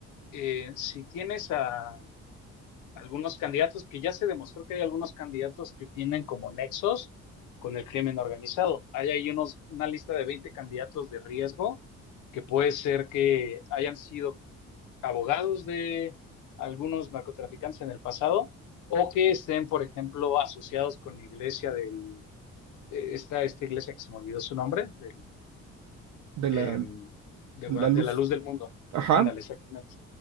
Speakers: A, on the left (about 85°); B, on the right (about 70°).
A: eh, si tienes a, algunos candidatos que ya se demostró que hay algunos candidatos que tienen como nexos con el crimen organizado. Hay ahí unos, una lista de 20 candidatos de riesgo que puede ser que hayan sido abogados de algunos narcotraficantes en el pasado o que estén, por ejemplo, asociados con la iglesia del, eh, esta, esta iglesia que se me olvidó su nombre, del,
B: de la,
A: em, de,
B: la
A: Gua-
B: luz.
A: de la luz del mundo.
B: Ajá.
A: Ándale, exactamente.